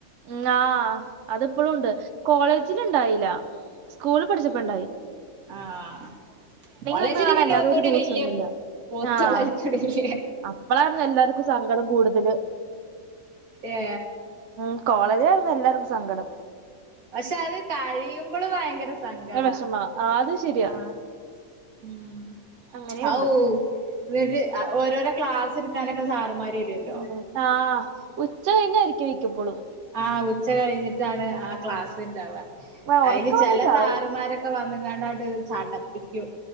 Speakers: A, on the right; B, on the right.
A: ഉം ആഹ് അതിപ്പോഴും ഉണ്ട് കോളേജിൽ ഇണ്ടായില്ല സ്കൂളിൽ പഠിച്ചപ്പോണ്ടായി
B: ആഹ് കോളേജില്
A: വന്ന് കാണാ
B: പിന്നെ
A: അല്ലാതെ
B: ഒന്നുകൂടി
A: ഒരു ദിവസൊന്നുല്ല
B: വല്യ പോത്തേളായിക്ക്ണ്ല്ലേ
A: ആഹ് അപ്പളായിരുന്നു എല്ലാർക്കും സങ്കടം കൂടുതല്
B: ഏ
A: ഉം കോളേജിലായിരുന്നു എല്ലാർക്കും സങ്കടം
B: പക്ഷെ അത് കഴിയുമ്പൾ ഭയങ്കര സങ്കടാ
A: വെഷമാ അത് ശെരിയാ
B: ആഹ് ഉം
A: അങ്ങനെയുണ്ട്
B: ഹൗ എന്നിട്ട് ഓരോരോ ക്ലാസ് എടുക്കാനൊക്കെ സാറുമാർ വരൊല്ലോ
A: ഉം ആഹ് ഉച്ച കഴിഞ്ഞ ആരിക്കേ വിക്കപ്പോളും
B: ആഹ് ഉച്ച കഴിഞ്ഞിട്ടാണ് ആ ക്ലാസ്ണ്ടാവ
A: അപ്പ ഒറക്കം
B: അതില് ചെല
A: വന്ന് ചാവും
B: സാറുമാരൊക്കെ ഒക്കെ വന്ന്ങ്ങാണ്ട് ചാടപ്പിക്കും